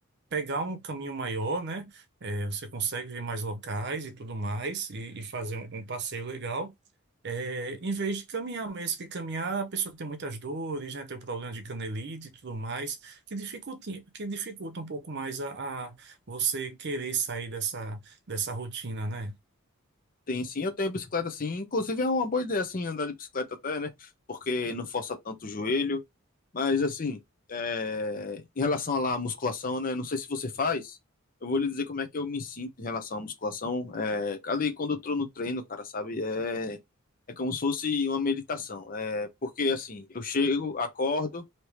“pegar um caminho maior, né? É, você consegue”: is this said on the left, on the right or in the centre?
Right